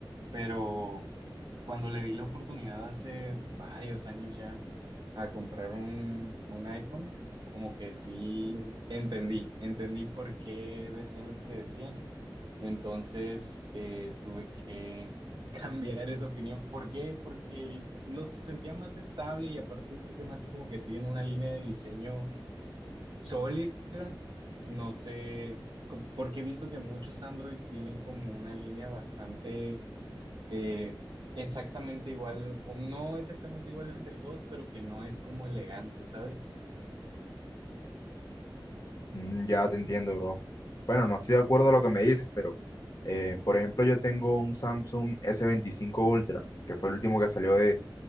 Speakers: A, on the right; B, on the left.
A: pero cuando le di la oportunidad hace varios años ya a comprar un, un iPhone, como que sí entendí, entendí por qué decían lo que decían. Entonces eh, tuve que <laughs> cambiar esa opinión. ¿Por qué? Porque lo sentía más estable y aparte sí se me hace como que siguen una línea de diseño sólida. No sé, co- porque he visto que muchos Android tienen como una línea bastante eh, exactamente igual, o no exactamente igual entre todos, pero que no es como elegante, ¿sabes?
B: Mm, ya te entiendo, bro. Bueno, no estoy de acuerdo a lo que me dices, pero eh, por ejemplo, yo tengo un Samsung s veinticinco Ultra, que fue el último que salió de,